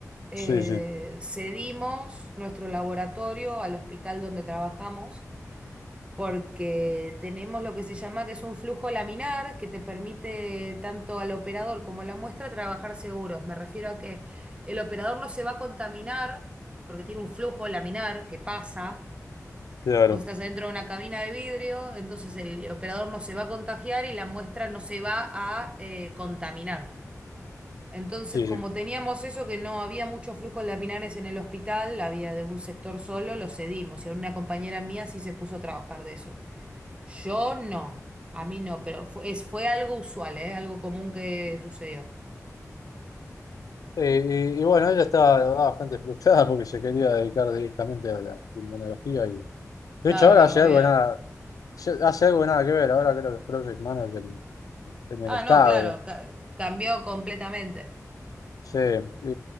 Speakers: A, on the right; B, on the left.
A: eh,
B: Sí, sí,
A: cedimos nuestro laboratorio al hospital donde trabajamos, porque tenemos lo que se llama que es un flujo laminar que te permite tanto al operador como a la muestra trabajar seguros. Me refiero a que el operador no se va a contaminar porque tiene un flujo laminar que pasa.
B: claro.
A: Vos estás dentro de una cabina de vidrio, entonces el operador no se va a contagiar y la muestra no se va a eh, contaminar. Entonces,
B: Sí,
A: como
B: sí.
A: teníamos eso, que no había muchos flujos laminares en el hospital, había de un sector solo, lo cedimos. Y a una compañera mía sí se puso a trabajar de eso. Yo no, a mí no, pero fue, es, fue algo usual, ¿eh? Algo común que sucedió.
B: Eh, y, y bueno, ella estaba bastante frustrada porque se quería dedicar directamente a la inmunología y de
A: Claro,
B: hecho ahora
A: y la
B: hace
A: movieron.
B: algo de nada, hace algo de nada que ver, ahora creo que es Project Manager en en
A: Ah,
B: el Estado.
A: no, claro, ca- cambió completamente.
B: Sí, y,